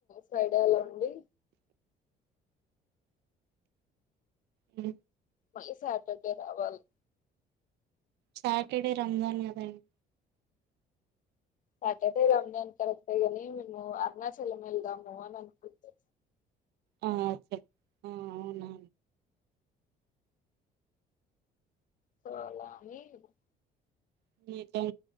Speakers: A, on the left; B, on the right.
A: ఫ్రైడే అలా ఉండి
B: ఏ
A: మళ్ళీ సాటర్డే రావాలి
B: సాటర్డే రంజాన్ అదాండి
A: సాటర్డే ఇదాని అంత కర తగనీ మేము అరుణాచల మేల్దాము అని అనుకుతు
B: ఆ చె అవున
A: స <unintelligible>
B: <unintelligible>